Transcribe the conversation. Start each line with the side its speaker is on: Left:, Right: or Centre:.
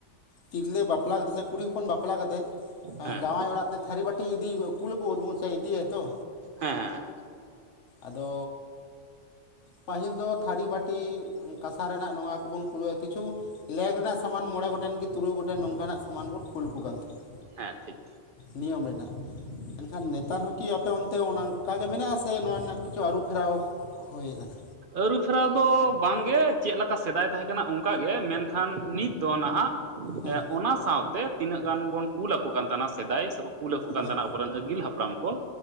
Left: ᱛᱤᱨᱞᱟᱹ ᱵᱟᱯᱞᱟ ᱠᱟᱛᱮ ᱥᱮ ᱠᱩᱲᱤ ᱦᱚᱯᱚᱱ ᱵᱟᱯᱟᱞᱟ ᱠᱟᱛᱮᱫ᱾
Right: ᱦᱮᱸ
Left: ᱡᱟᱶᱟᱭ ᱚᱲᱟᱜ ᱛᱮ ᱛᱷᱟᱹᱨᱤ ᱵᱟᱹᱴᱤ ᱤᱫᱤ ᱠᱩᱞ ᱟᱠᱚ ᱥᱮ ᱤᱫᱤ ᱟᱭ ᱛᱚ᱾
Right: ᱦᱮᱸ ᱦᱮᱸ
Left: ᱟᱫᱚ ᱯᱟᱹᱦᱤᱞ ᱫᱚ ᱛᱷᱟᱹᱨᱤ ᱵᱟᱹᱴᱤᱼᱼ ᱠᱤ ᱠᱟᱥᱟ ᱨᱮᱱᱟᱜ ᱱᱚᱣᱟ ᱠᱚᱵᱚᱱ ᱠᱩᱞ ᱟᱭᱟᱼᱼ ᱠᱤᱪᱷᱩ ᱞᱮᱜ ᱨᱮᱱᱟᱜ ᱥᱟᱢᱟᱱ ᱢᱚᱬᱮᱸ ᱜᱚᱴᱟᱝ ᱠᱤ ᱛᱩᱨᱩᱭ ᱜᱚᱴᱟᱜ ᱱᱚᱝ ᱠᱟᱱᱟᱜ ᱥᱟᱢᱟᱱ ᱵᱚᱱ ᱠᱩᱞ ᱟᱠᱚ ᱠᱟᱱ ᱛᱟᱦᱮᱸᱱᱟ᱾
Right: ᱦᱮ ᱴᱷᱤᱠ᱾
Left: ᱱᱤᱭᱚᱢ ᱨᱮᱱᱟᱜᱼᱼ ᱢᱮᱱᱠᱷᱟᱱ ᱱᱮᱛᱟᱨ ᱦᱚᱠᱤ ᱟᱯᱮ ᱚᱱᱛᱮ ᱚᱱᱠᱟ ᱜᱮ ᱢᱮᱱᱟᱜ ᱥᱮ ᱱᱚᱣᱟ ᱨᱮᱱᱟᱜ ᱠᱤᱪᱷᱩ ᱟᱹᱨᱩ ᱯᱷᱮᱨᱟᱣᱼᱼ ᱦᱩᱭ ᱟᱠᱟᱱᱟ᱾
Right: ᱟᱹᱨᱩ ᱯᱷᱮᱨᱟᱣ ᱫᱚ ᱵᱟᱝ ᱜᱮ ᱪᱮᱫ ᱞᱮᱠᱟ ᱥᱮᱫᱟᱭ ᱛᱟᱦᱮ ᱠᱟᱱᱟ ᱚᱱᱠᱟ ᱜᱮ ᱢᱮᱱᱠᱷᱟᱱ ᱱᱤᱛᱼᱼ ᱫᱚ ᱱᱟᱦᱟᱜ
Left: ᱦᱮᱸ
Right: ᱚᱱᱟ ᱥᱟᱶᱟᱛᱮ ᱛᱤᱱᱟᱹᱜ ᱜᱟᱱ ᱵᱚᱱ ᱠᱩᱞ ᱠᱟᱱ ᱛᱟᱦᱮᱸᱱᱟ ᱥᱮᱫᱟᱭ ᱥᱮ᱾ ᱠᱩᱞ ᱟᱠᱚ ᱠᱟᱱ
Left: ᱦᱮᱸ
Right: ᱛᱟᱦᱮᱸᱱᱟ ᱟᱵᱚᱨᱮᱱ ᱟᱹᱜᱤᱞ ᱦᱟᱯᱲᱟᱢ ᱠᱚ